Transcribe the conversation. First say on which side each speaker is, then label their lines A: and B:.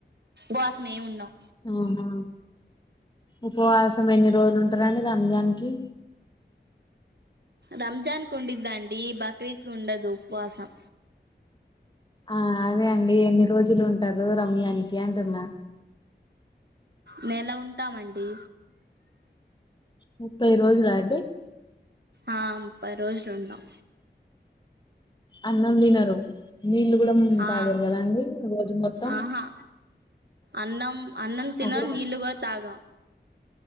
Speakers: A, on the right; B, on the left.
A: వాసం ఏమున్నాం
B: ఆహా ఉపవాసం ఎన్ని రోజులు ఉంటారంండి అజనికి
A: రంజాన్ కుంద్దండి బక్రీద్ గుండదు ఉపవాసం
B: ఆ అదే అండి ఎన్ని రోజులు ఉంటారు రమ్యానికి అంటున్నా
A: మేను ఎలా ఉంటామండి
B: ముప్పై రోజుల అండి
A: ఆ ము పది రోజులుంటాం
B: అన్నం దినరు నిీల్లు కూడా తాగరు
A: ఆ
B: కదా అండి రోజు మొత్తం
A: ఆహా అన్నం అన్నంద తిన
B: ఒక
A: నీలుగా తాగ